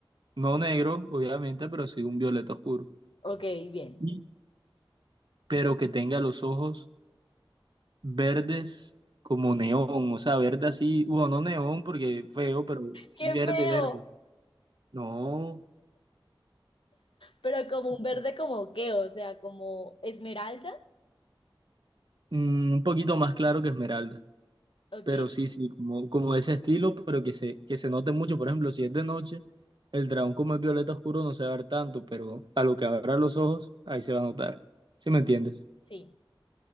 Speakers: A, on the right; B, on the left.
A: no negro, obviamente, pero sí un violeta oscuro.
B: Ok, bien.
A: Y- Pero que tenga los ojos verdes como neón, o sea, verde así, bueno, no neón porque feo, pero sí
B: ¡Qué
A: verde,
B: feo!
A: verde. No,
B: Pero como un verde como qué, o sea, como esmeralda.
A: mm, un poquito más claro que esmeralda,
B: Ok,
A: pero sí, sí, como, como ese estilo, pero que se, que se note mucho. Por ejemplo, si es de noche, el dragón como es violeta oscuro no se va a ver tanto, pero a lo que abra los ojos, ahí se va a notar. ¿Sí me entiendes?
B: sí.